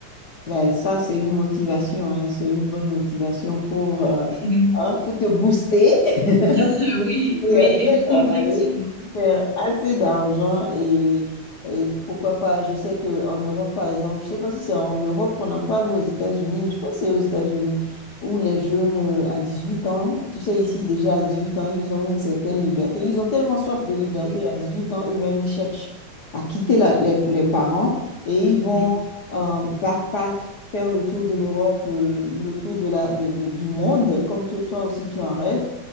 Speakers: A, on the left; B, on the right.
A: Ben, ça, c'est une motivation, hein. C'est une bonne motivation pour, euh,
B: <laughs>
A: hein, pour te booster <laughs>
B: <laughs> Oui,
A: et
B: oui,
A: euh,
B: <laughs>
A: bien travailler.
B: effectivement.
A: faire assez d'argent et, et pourquoi pas, je sais qu'en Europe, par exemple, je sais pas si c'est en Europe qu'on en parle ou aux États-Unis, je pense que c'est aux États-Unis, où les jeunes euh, à 18 ans, tu sais, ici déjà à 18 ans, ils ont une certaine liberté. Ils ont tellement soif de liberté
B: Oui,
A: à 18 ans, eux-mêmes, ils cherchent à quitter la- les, les parents et ils vont
B: oui,
A: euh, backpack. faire le tour de l'Europe, euh, le tour de la, de- de- du monde, comme te- toi aussi tu en rêves.